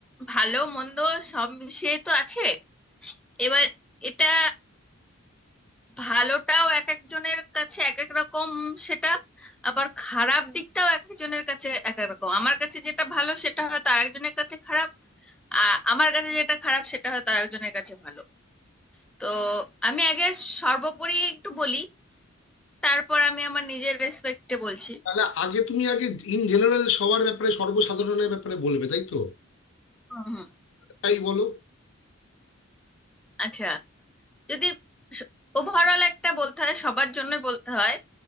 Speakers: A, in the centre; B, on the left.
A: ভালো মন্দ সব মিশিয়ে তো আছে এবার এটা ভালোটাও এক একজনের কাছে এক এক রকম সেটা আবার খারাপ দিকটাও এক একজনের কাছে এক এক রকম আমার কাছে যেটা ভালো সেটা হয়তো আরেকজনের কাছে খারাপ আ- আমার কাছে যেটা খারাপ সেটা হয়তো আরেকজনের কাছে ভালো তো আমি আগে সর্বোপরি একটু বলি তারপর আমি আমার নিজের রেসপেক্টে বলছি
B: তাহলে আগে তুমি আগে ইন জেনারেল সবার ব্যাপারে সর্বসাধারণের ব্যাপারে বলবে তাই তো
A: হুম হুম
B: তাই বলো
A: আচ্ছা যদি ওভারঅল একটা বলতে হয় সবার জন্য বলতে হয়